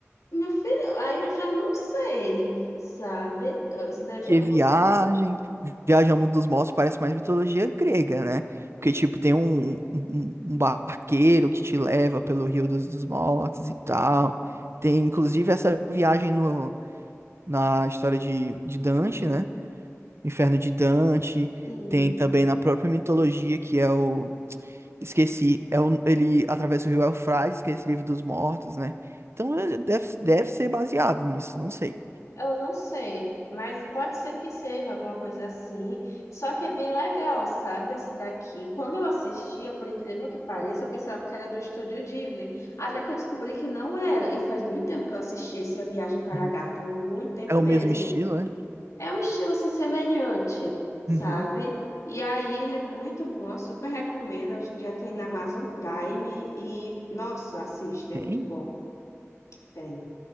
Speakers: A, on the left; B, on the right.
A: Meu filho, aí eu já não sei, sabe? Eu- Isso daí já
B: Que
A: não
B: viagem,
A: vou ser
B: viagem ao mundo dos mortos parece mais mitologia grega, né? Porque, tipo, tem um, um, um um barqueiro que te leva pelo Rio dos, dos Mortos e tal. Tem, inclusive, essa viagem no, na história de, de Dante, né? Inferno de Dante,
A: assim.
B: tem também na própria mitologia que é o esqueci, é o... ele atravessa o rio Eufrates, que é esse livro dos mortos, né? Então é- deve, deve ser baseado nisso, não sei.
A: Eu não sei, mas pode ser que seja alguma coisa assim. Só que é bem legal, sabe? Esse daqui. Quando eu assistia, por incrível que pareça, eu pensava que era do Estúdio Ghibli. Até que eu descobri que não era. E faz muito tempo que eu assisti esse A Viagem para
B: Uhum.
A: a Gata, muito tempo
B: É o
A: mesmo.
B: mesmo estilo, é?
A: É um estilo assim semelhante, sabe?
B: Uhum.
A: E aí ele é muito bom, super recomendo. Hoje em dia tem na Amazon Prime e, nossa, assiste,
B: Tem.
A: é muito bom. Tem.